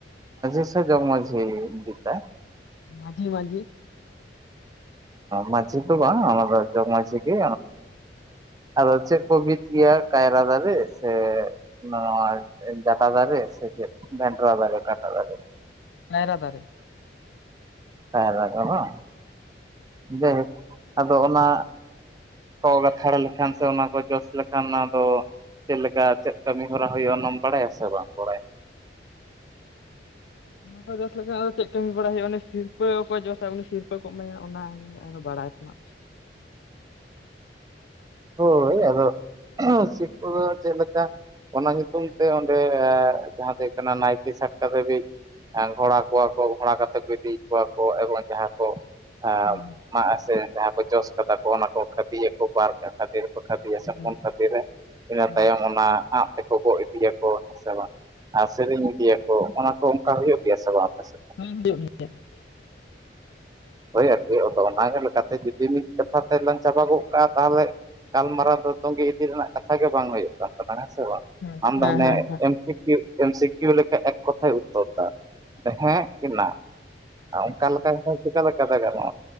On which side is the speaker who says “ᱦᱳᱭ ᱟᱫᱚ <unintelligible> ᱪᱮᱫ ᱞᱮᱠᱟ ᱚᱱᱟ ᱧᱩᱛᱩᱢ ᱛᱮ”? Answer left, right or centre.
Right